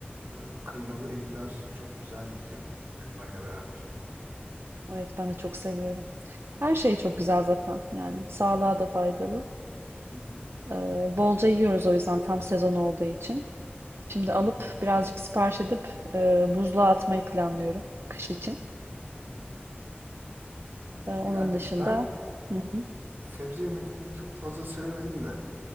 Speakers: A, on the right (about 65°); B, on the right (about 80°).
A: e, kıymalı enginar çok güzel gidiyor kıymayla beraber.
B: Evet ben de çok seviyorum. Her şey çok güzel zaten yani. Sağlığa da faydalı.
A: Hı hı,
B: Ee, bolca yiyoruz o yüzden tam sezon olduğu için. Şimdi alıp
A: hı hı,
B: birazcık sipariş edip e, buzluğa atmayı planlıyorum kış için.
A: hı hı. Peki
B: Ee, onun
A: yani
B: dışında...
A: ben
B: Hı hı,
A: sebze yemeklerini çok fazla sevemedim de